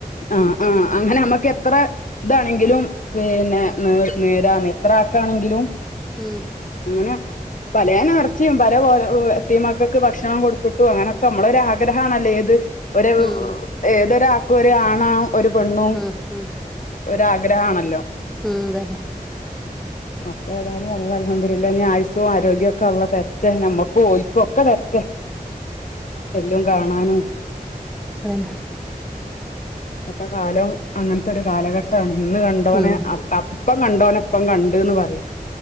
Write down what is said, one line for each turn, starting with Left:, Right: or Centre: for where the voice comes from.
Left: ആഹ് ആഹ് അങ്ങനെ നമ്മക്ക് എത്ര ഇതാണെങ്കിലും പിന്നെ നേ നേരാ നത്ര ആക്കാണെങ്കിലും
Centre: ഉം
Left: അങ്ങനെ പല നേർച്ചയും പല പോലെ എത്തിയ മക്കൾക്ക് ഭക്ഷണം കൊടുത്തിട്ടു അങ്ങനെൊക്കെ നമ്മളൊ ആഗ്രഹണല്ലേ ത് ഒരു
Centre: ഉം
Left: ഏതൊരു ഒ ഒരുരാണാവ ഒരു പെണ്ണു
Centre: ഉം ഉം
Left: ഒരാഗ്രഹ ആണല്ലോ
Centre: ഉം അതല്ലെ
Left: ഉ അൊ ഏതായാലും ഉള്ള അലഹംുില്ല ഇനി ആയുസവും ആരോഗ്യവും ഒക്കെ ഉള്ള തര മറ്റ നമ്മക്ക് ഓൽക്ക ഒക്കെ തരട്ടെ എല്ലാം കാണാനോ
Centre: പറന്ന
Left: ഇപ്പത്തെ കാലവും അങ്ങനത്തെ ഒരു കാലഘട്ടം ത ഇന്ന് കണ്ടവന
Centre: ഉം
Left: ഇപ്പം കണ്ടോനപ്പം കണ്ടുന്ന് പറയാ